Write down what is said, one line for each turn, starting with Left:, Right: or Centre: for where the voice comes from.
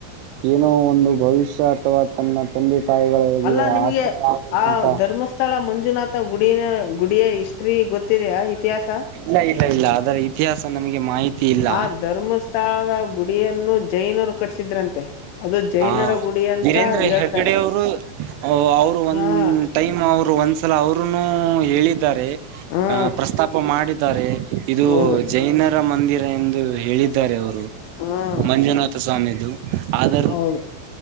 Right: ಏನೋ ಒಂದು ಭವಿಷ್ಯ ಅಥವಾ ತನ್ನ ತಂದೆ ತಾಯಿಗಳಿಗೆ
Left: ಅಲ್ಲ ನಿಮಗೆ
Right: ಆಸರೆ ಆಗುವಂತ್
Left: ಆ ಧರ್ಮಸ್ಥಳ ಮಂಜುನಾಥ ಗುಡಿಯ ಗುಡಿಯ ಹಿಸ್ಟ್ರಿ ಗೊತ್ತಿದೆಯಾ ಇತಿಹಾಸ
Right: ಇಲ್ಲ ಇಲ್ಲ ಇಲ್ಲ ಅದರ ಇತಿಹಾಸ ನಮಗೆ ಮಾಹಿತಿ ಇಲ್ಲ
Left: ಆ ಧರ್ಮಸ್ಥಳದ ಗುಡಿಯನ್ನು ಜೈನರು ಕಟ್ಸಿದ್ರಂತೆ. ಅದು ಜೈನರ
Right: ಹಾ
Left: ಗುಡಿ ಅಂತ
Right: ವೀರೇಂದ್ರ
Left: ಹೇಳ್ತಾರೆ
Right: ಹೆಗಡೆ ಅವರು ಅವರು ಒಂದ
Left: ಹಾ
Right: ಟೈಮ್ ಅವರು ಒಂದ್ಸಲ ಅವರುನು ಹೇಳಿದ್ದಾರೆ.
Left: ಹ್ಮ್
Right: ಆ ಪ್ರಸ್ತಾಪ ಮಾಡಿದ್ದಾರೆ ಇದು
Left: ಹೌದು
Right: ಜೈನರ ಮಂದಿರ ಎಂದು ಹೇಳಿದ್ದಾರೆ ಅವರು
Left: ಹ್ಮ್
Right: ಮಂಜುನಾಥ ಸ್ವಾಮಿದು ಆದ
Left: ಹೌದು